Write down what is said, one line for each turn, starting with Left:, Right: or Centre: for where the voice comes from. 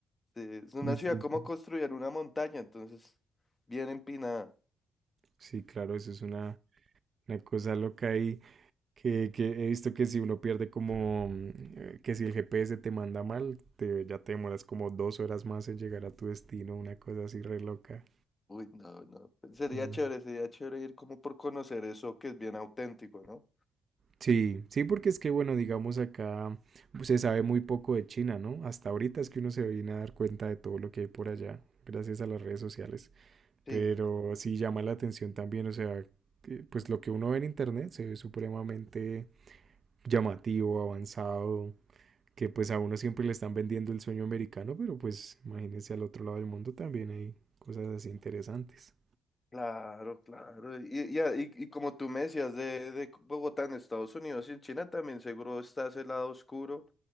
Left: sí, Es una
Right: Sí, sí,
Left: ciudad como
Right: sí.
Left: construida en una montaña, entonces bien empinada.
Right: Sí, claro, eso es una, una cosa loca y que, que he visto que si uno pierde como, mm, eh, que si el GPS te manda mal, te, ya te demoras como dos horas más en llegar a tu destino, una cosa así re loca.
Left: Uy, no, no. Sería
Right: Mm.
Left: chévere, sería chévere ir como por conocer eso que es bien auténtico, ¿no?
Right: Sí, sí, porque es que, bueno, digamos acá pues, se sabe muy poco de China, ¿no? Hasta ahorita es que uno se viene a dar cuenta de todo lo que hay por allá, gracias a las redes sociales.
Left: Sí,
Right: Pero sí llama la atención también, o sea, que, pues lo que uno ve en internet se ve supremamente llamativo, avanzado, que pues a uno siempre le están vendiendo el sueño americano, pero pues imagínense al otro lado del mundo también hay cosas así interesantes.
Left: claro, claro. Y, y, a- y- y como tú me decías de, de Bogotá en Estados Unidos y en China también seguro está ese lado oscuro